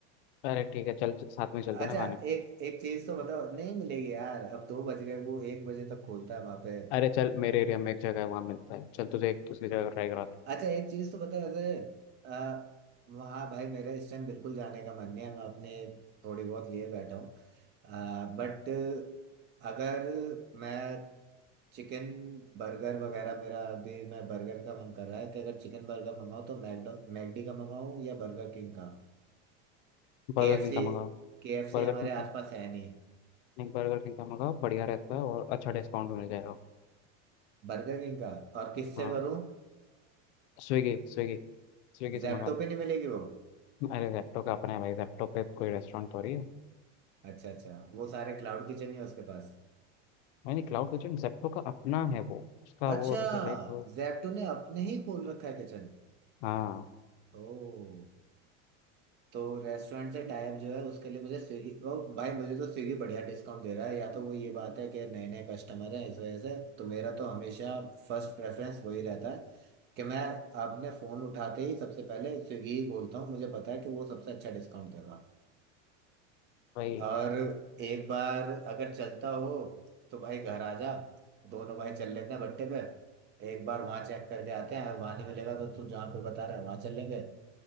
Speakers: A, on the left (about 65°); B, on the right (about 30°).
A: अरे ठीक है चल साथ में चलते
B: अच्छा
A: हैं ना खाने
B: एक एक चीज तो बताओ नहीं मिलेगी यार अब दो बज गए वो एक बजे तक खोलता है वहां पे
A: अरे चल मेरे एरिया में एक जगह है वहाँ मिलता है चल तुझे एक दूसरी जगह ट्राई कराते हैं
B: अच्छा एक चीज तो बता ऐसे आ, वहाँ भाई मेरा इस टाइम बिल्कुल जाने का मन नहीं है मैं अपने थोड़ी बहुत लिए बैठा हूँ बट अगर मैं चिकन बर्गर वगैरह मेरा अभी मैं बर्गर का मन कर रहा है कि अगर चिकन बर्गर मंगाऊँ तो मैकडो मैकडी का मंगाऊँ या बर्गर किंग का
A: बर्गर
B: केएफसी
A: किंग का मंगाओ
B: केएफसी
A: बर्गर
B: हमारे
A: किंग
B: आसपास
A: का
B: है नहीं
A: नहीं बर्गर किंग का मंगाओ बढ़िया रहता है और अच्छा डिस्काउंट भी मिल जाएगा
B: बर्गर किंग का और किससे
A: हाँ
B: करूँ
A: स्विगी स्विगी स्विगी
B: जैप्टो
A: से मंगा लो
B: पे नहीं मिलेगी वो
A: अरे जेप्टो का अपना है भाई जेप्टो पे कोई रेस्टोरेंट थोड़ी है
B: अच्छा अच्छा वो सारे क्लाउड किचन ही है उसके पास
A: नहीं क्लाउड किचन जेप्टो का अपना है वो उसका
B: अच्छा
A: वो लाइक वो।
B: जैप्टो ने अपने ही खोल रखा है किचन
A: हाँ
B: ओ तो रेस्टोरेंट से टाइप जो है उसके लिए मुझे स्विगी ओ भाई मुझे तो स्विगी बढ़िया डिस्काउंट दे रहा है या तो वो ये बात है कि नए नए कस्टमर हैं इस वजह से तो मेरा तो हमेशा फर्स्ट प्रेफरेंस वही रहता है कि मैं अपने फ़ोन उठाते ही सबसे पहले स्विगी ही खोलता हूँ मुझे पता है कि वो सबसे अच्छा डिस्काउंट देगा
A: भाई
B: और एक बार अगर चलता हो तो भाई घर आ जा दोनों भाई चल लेते हैं भट्टे पे एक बार वहां चेक करके आते हैं वहां नहीं मिलेगा तो तू जहाँ पे बता रहा है वहां चल लेंगे